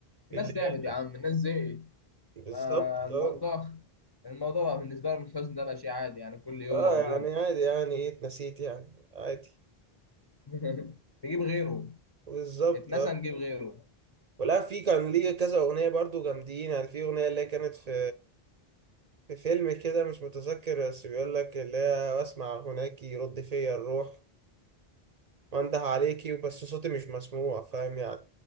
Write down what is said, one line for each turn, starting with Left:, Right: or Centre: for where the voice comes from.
Left: الناس
Right: اللي
Left: تعبت
Right: هي
Left: يا عم الناس زهقت
Right: بالظبط
Left: فالموضوع
Right: اه
Left: الموضوع بقى بالنسبه لهم الحزن ده بقى شيء عادي يعني كل يوم
Right: اه
Left: موجود
Right: يعني عادي يعني ايه اتنسيت يعني عادي
Left: <laughs> نجيب غيره
Right: بالظبط
Left: اتنسى
Right: اه
Left: نجيب غيره
Right: ولا في كان ليه كذا أغنية برضه جامدين يعني في أغنية اللي هي كانت في في فيلم كده مش متذكر بس بيقول لك اللي هي بسمع هناك يرد فيا الروح وانده عليكي بس صوتي مش مسموع فاهم يعني